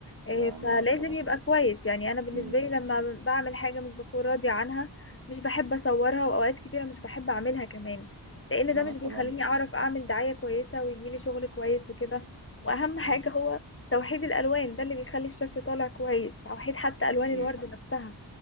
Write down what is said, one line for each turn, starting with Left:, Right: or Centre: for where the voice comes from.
Left: إيه،
Right: يعني
Left: فلازم
Right: مثلا
Left: يبقى كويس يعني انا بالنسبه
Right: مم.
Left: لي لما بعمل حاجه مش بكون راضيه عنها مش بحب اصورها واوقات كتيره مش بحب اعملها كمان لان
Right: انا
Left: ده مش
Right: مثلا
Left: بيخليني اعرف اعمل دعايه كويسه ويجيلي شغل كويس وكده واهم حاجه
Right: مم.
Left: هو توحيد الالوان ده اللي بيخلي الشكل طالع كويس توحيد حتى الوان
Right: اكيد
Left: الورد نفسها